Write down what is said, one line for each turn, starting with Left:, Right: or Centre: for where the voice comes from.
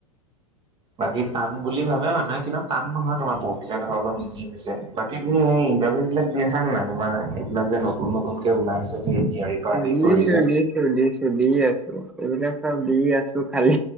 Right: বাকী টান বুলি ভাবে মানুহে কিন্তু টান নহয়, তোমাৰ বহুতবিলাক ধৰ অলপ ইজি হৈ যায় পিছে তুমি সেই ইন্টাৰভিউ বিলাক দি আছা নাই তোমাৰ এইবিলাক যে নতুন নতুনকে ওলাই আছে যে এডিয়াৰি পৰা
Centre: উম
Right: আদি
Centre: দি
Right: কৰি
Centre: আছোঁ
Right: যে
Centre: দি আছোঁ। দিছোঁ দি আছোঁ এইবিলাক চব দি আছোঁ খালি